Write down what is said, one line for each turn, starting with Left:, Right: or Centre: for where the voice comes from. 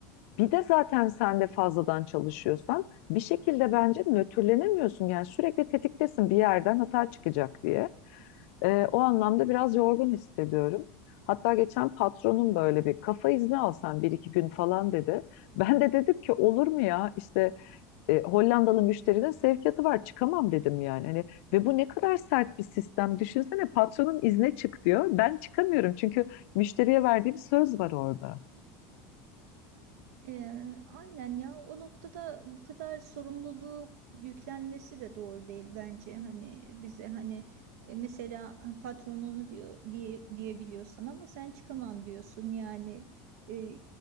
Left: bir de zaten sen de fazladan çalışıyorsan bir şekilde bence nötrlenemiyorsun. Yani sürekli tetiktesin bir yerden hata çıkacak diye. Ee, o anlamda biraz yorgun hissediyorum. Hatta geçen patronum böyle bir kafa izni alsan bir iki gün falan dedi. Ben de dedim ki olur mu ya işte e, Hollandalı müşterinin sevkiyatı var çıkamam dedim yani. Hani, ve bu ne kadar sert bir sistem. Düşünsene patronun izne çık diyor. Ben çıkamıyorum çünkü müşteriye verdiğim söz var orada.
Right: Ee, aynen ya o noktada bu kadar sorumluluk yüklenmesi de doğru değil bence hani bize hani e, mesela patronunu diyor diye diyebiliyorsan ama sen çıkamam diyorsun yani e,